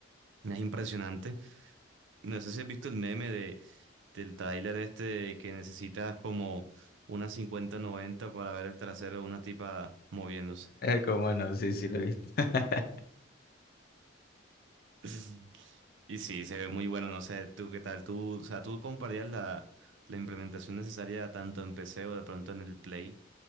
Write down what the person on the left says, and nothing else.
Cómo no, sí, sí lo viste. <laughs>